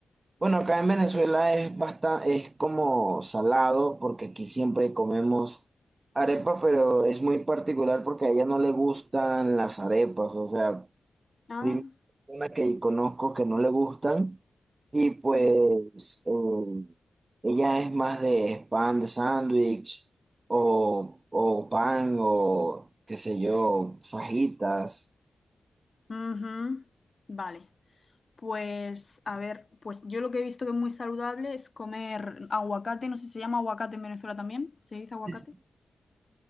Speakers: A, on the right; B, on the left.
A: Bueno, acá en Venezuela es bastante, es como salado, porque aquí siempre comemos
B: Sí.
A: arepa, pero es muy particular porque a ella no le gustan las arepas, o sea,
B: Ah,
A: primera persona que conozco que no le gustan, y pues eh, ella es más de pan de sándwich, o, o pan, o qué sé yo, fajitas.
B: ujú. Vale. Pues a ver, pues yo lo que he visto que es muy saludable es comer aguacate, no sé si se llama aguacate en Venezuela también, ¿se dice aguacate?
A: Sí, sí.